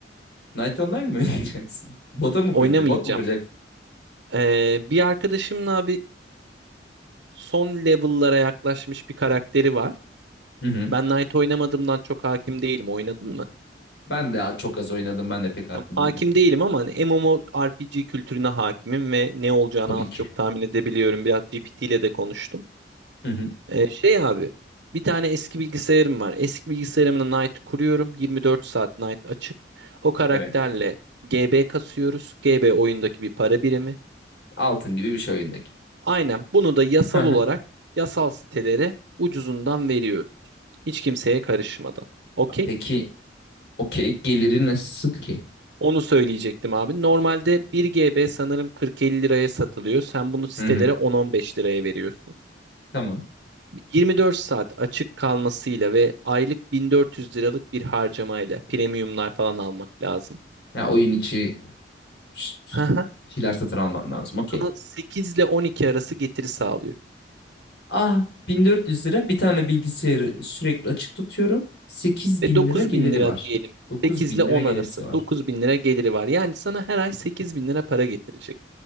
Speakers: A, on the left; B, on the right.
A: Night Online mi <laughs> oynayacaksın? Bota mı
B: Oynamayacağım.
A: kuracaksın? Bot mu kuracaksın?
B: Ee, bir arkadaşımın abi son level'lara yaklaşmış bir karakteri var.
A: Hı hı.
B: Ben Knight oynamadığımdan çok hakim değilim. Oynadın mı?
A: Ben de çok az oynadım. Ben de pek hakim
B: Tam hakim
A: değilim.
B: değilim ama hani MMORPG kültürüne hakimim ve ne olacağını
A: Tabii
B: az
A: ki.
B: çok tahmin edebiliyorum. Biraz GPT ile de konuştum.
A: Hı hı.
B: Ee, şey abi bir tane eski bilgisayarım var. Eski bilgisayarımın Night kuruyorum. 24 saat Night açık. O karakterle
A: Evet.
B: GB kasıyoruz. GB oyundaki bir para birimi.
A: Altın gibi bir şey oyundaki.
B: Aynen bunu da yasal
A: <laughs>
B: olarak yasal sitelere ucuzundan veriyoruz. Hiç kimseye karışmadan. Okey.
A: Peki okey geliri nasıl ki?
B: Onu söyleyecektim abi. Normalde 1 GB sanırım 40-50 liraya satılıyor. Sen bunu sitelere
A: Hı hı.
B: 10-15 liraya veriyorsun.
A: Tamam.
B: 24 saat açık kalmasıyla ve aylık 1400 liralık bir harcamayla premiumlar falan almak lazım.
A: Ha, oyun içi ş- ş-
B: Hı hı.
A: şeyler satın alman lazım. Okey.
B: Sana 8 ile 12 arası getiri sağlıyor.
A: Ah 1400 lira bir tane bilgisayarı sürekli açık tutuyorum. 8000
B: Ve 9000
A: lira geliri
B: lira
A: var.
B: diyelim.
A: 9000
B: 8 ile 10
A: lira gelirisi
B: arası
A: var.
B: 9000 lira geliri var. Yani sana her ay 8000 lira para getirecek.